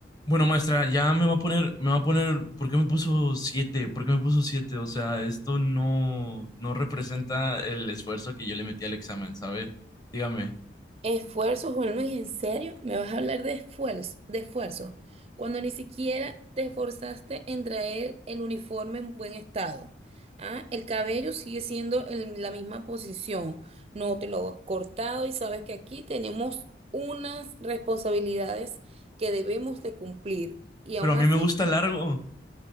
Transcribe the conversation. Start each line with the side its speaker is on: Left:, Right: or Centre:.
Left: Bueno, maestra, ya me va a poner, me va a poner, ¿por qué me puso siete? ¿Por qué me puso siete? O sea, esto no, no representa el esfuerzo que yo le metí al examen, ¿sabe? Dígame.
Right: Esfuerzo, Juan Luis, ¿en serio? ¿Me vas a hablar de esfuerzo, de esfuerzo? Cuando ni siquiera te esforzaste en traer el uniforme en buen estado. ¿Ah? El cabello sigue siendo en la misma posición. No te lo has cortado y sabes que aquí tenemos unas responsabilidades que debemos de cumplir. Y
Left: Pero
Right: aún
Left: a mí
Right: así,
Left: me gusta largo.